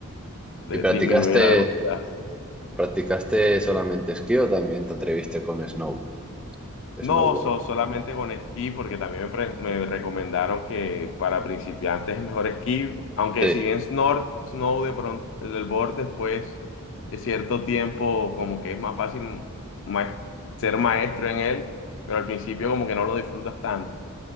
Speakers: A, on the left; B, in the centre.
A: de-
B: ¿Y practicaste,
A: disminuye la velocidad.
B: practicaste solamente esquí o también te atreviste con snow, snowboard?
A: No, so- solamente con esquí, porque también me, pre- me recomendaron que para principiantes es mejor esquí, aunque
B: Sí,
A: si bien snor- snow de pronto, el board después de cierto tiempo como que es más fácil maes- ser maestro en él, pero al principio como que no lo disfrutas tanto.